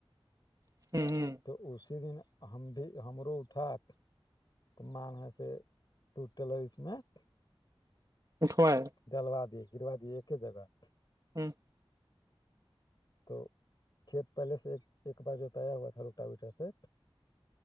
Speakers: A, on the right (about 40°); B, on the left (about 50°).
A: ہوں ہ <inaudible> <unintelligible>
B: تو اسی دن ہم بھی ہمرو اٹھات تو مان ہے سے <unintelligible> <inaudible> ٹو ٹیلر اس میں <unintelligible> <inaudible>
A: اٹھوائے
B: دلوا دیے گروا دی ایک ہی جگہ
A: ہوں <inaudible> <unintelligible>
B: <inaudible> <unintelligible> تو کھیت پہلے سے ایک ایک بار جوتایا ہوا تھا لوٹا وٹا سے